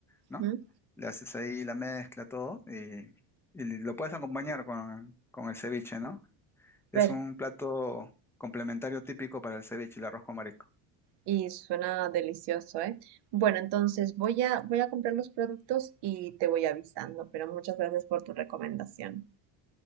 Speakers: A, in the centre; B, on the right.
A: ¿no?
B: Ujú.
A: Le haces ahí la mezcla, todo, y, y lo puedes acompañar con, con el ceviche, ¿no? Es
B: Ver,
A: un plato complementario típico para el ceviche, el arroz con marisco.
B: y suena delicioso, ¿eh? Bueno, entonces voy a, voy a comprar los productos y te voy avisando, pero muchas gracias por tu recomendación.